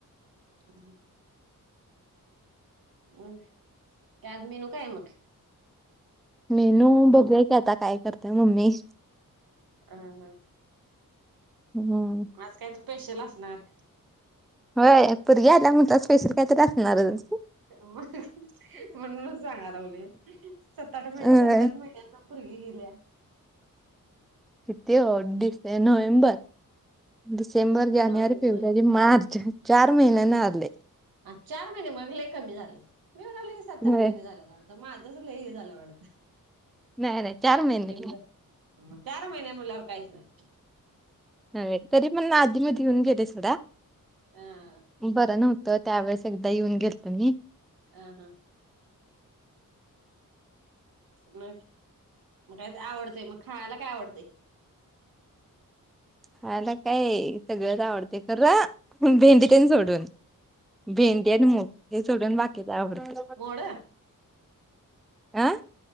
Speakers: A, on the right; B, in the centre.
A: ह. ओ कँबने येऊ काय मग?
B: मेनू बघूया की, आता काय करतीय मम्मी.
A: हा हा.
B: हम्.
A: म आज कायतर स्पेशल असणार?
B: होय पोरगी आल्या म्हणताना, स्पेशल काहीतरी असणारच.
A: होय म्हणूनच सांगा लागलोय सत्ताट महि
B: अ
A: सत्ताट महिन्यातन पुरगी गेल्या
B: किती हो ते नोव्हेंबर, डिसेंबर, जानेवारी,
A: नोव्हेंबर
B: फेब्रुवारी, मार्च. चार महिन्यानं आले.
A: हा चार महिने मग लय कमी झालं, मी म्हणालोय सत्ताट
B: होय
A: महिने झाल्यात वाढतं. आता माझंच लय हे झालं वाढतं.
B: नाही नाही चार महिने.
A: झालं मग चार महिने म्हणल्यावर काहीच नाही.
B: होय तरी पण आधी मधी येऊन गेले सोडा.
A: हं. ‌‌.
B: बरं नव्हतं त्यावेळेस एकदा येऊन गेलतो मी.
A: अहं. मग म काय आवडतय मग खायला काय आवडतय?
B: खायाला काय सगळंच आवडतय खर भेंडी तेन सोडून. भेंडी आणि मूग हे सोडून बाकीच आवडतय.
A: मोड
B: अं.